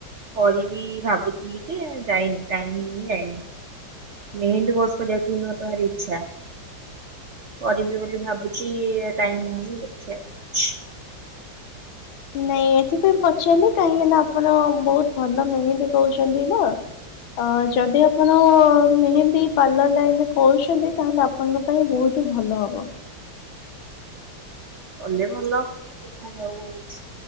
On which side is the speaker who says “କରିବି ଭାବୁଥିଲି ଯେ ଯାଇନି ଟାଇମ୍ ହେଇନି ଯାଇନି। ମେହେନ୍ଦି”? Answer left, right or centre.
Right